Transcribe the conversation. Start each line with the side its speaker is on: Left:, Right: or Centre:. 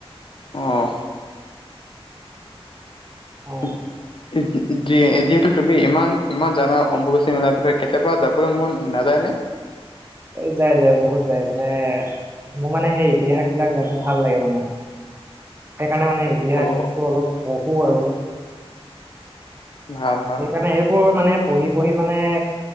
Left: অঁ
Right: অ
Left: উ যিহেতু তুমি ইমান ইমান জানা অম্বুবাচী মেলাৰ বিষয়ে কেতিয়াবা যাবলৈ মন নাযায়নে
Right: যাই যাই বহুত যায় মানে মোৰ মানে সেই ইতিহাস বিলাক জানি ভাল লাগে মানে সেইকাৰণে মানে ইতিহাসটো
Left: অ'
Right: অলপ পঢ়ো আৰু
Left: ভাল ভাল
Right: সেইকাৰণে এইবোৰ মানে পঢ়ি পঢ়ি মানে